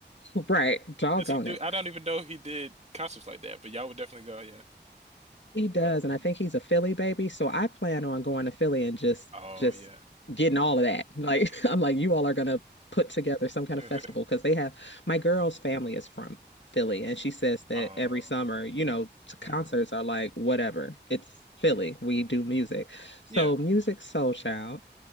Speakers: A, on the left (about 75°); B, on the right (about 35°).
A: Right. Doggone
B: does he do?
A: it.
B: I don't even know he did concerts like that, but y'all would definitely go. Yeah.
A: He does.
B: Uh,
A: And I think he's a Philly baby. So I plan on going to Philly and just
B: Oh
A: just
B: yeah.
A: getting all of that. Like
B: hmm
A: <laughs> I'm like, you all are gonna put together some kind
B: <laughs>
A: of festival because they have my girl's family is from Philly and she says that
B: Oh.
A: every summer, you know, t- concerts
B: Mm-hmm.
A: are like whatever. It's Philly. We do music. So
B: Yeah.
A: Music Soul Child